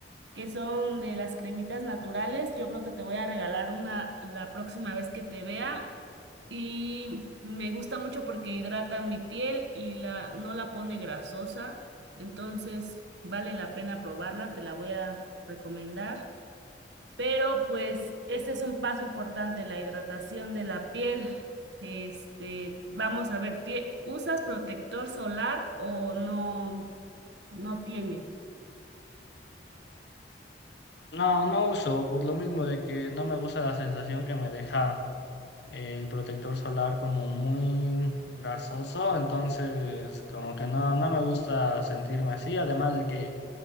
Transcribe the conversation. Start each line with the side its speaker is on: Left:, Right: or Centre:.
Right: que son de las cremitas naturales. Yo creo que te voy a regalar una la próxima vez que te vea. Y me gusta mucho porque hidrata mi piel y la, no la pone grasosa. Entonces vale la pena probarla, te la voy a recomendar. Pero pues este es un paso importante, la hidratación de la piel. Este, vamos a ver, tie- ¿usas protector solar o no, no tienes?
Left: No, no uso, por lo mismo de que no me gusta la sensación que me deja el protector solar como muy grasoso, entonces como que no, no me gusta sentirme así, además de que